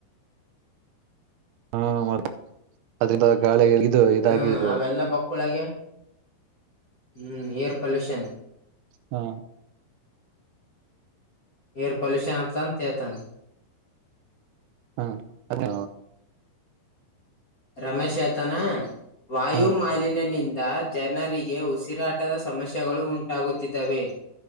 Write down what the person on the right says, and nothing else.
ಹಾ ಮತ್ತ ಅದರಿಂದ ಗಾಳಿ <unintelligible>
ಇದು
ಹಾ
ಹಾ ಅದೇ
ಹಾ